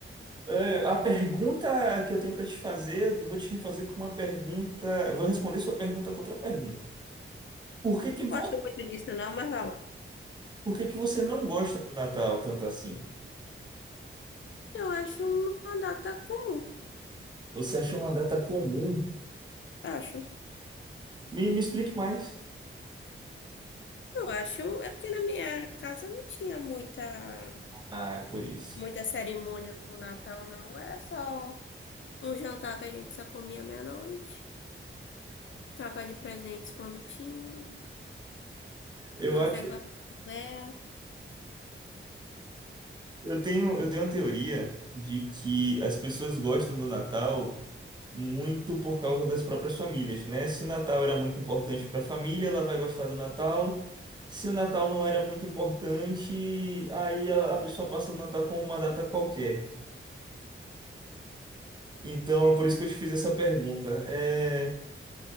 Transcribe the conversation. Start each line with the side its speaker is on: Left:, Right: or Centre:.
Right: É, a pergunta que eu tenho para te fazer, eu vou te fazer com uma pergunta. Eu vou responder sua pergunta com outra pergunta. Por que que,
Left: Não
Right: vo...
Left: gosto muito disso, não, mas vai lá.
Right: Por que que você não gosta do Natal tanto assim?
Left: Eu acho uma data comum.
Right: Você achou uma data comum?
Left: Acho.
Right: Me, me explique mais.
Left: Eu acho. É porque na minha casa não tinha muita,
Right: Ah, é por isso.
Left: muita cerimônia com o Natal, não. Era só um jantar que a gente só comia meia-noite. Troca de presentes quando tinha.
Right: Eu
Left: Umas
Right: acho,
Left: decorações. É,
Right: eu tenho, eu tenho uma teoria de que as pessoas gostam do Natal. muito por causa das próprias famílias, né? Se o Natal era muito importante para a família, ela vai gostar do Natal. Se o Natal não era muito importante, aí a, a pessoa passa o Natal como uma data qualquer. Então, é por isso que eu te fiz essa pergunta. É,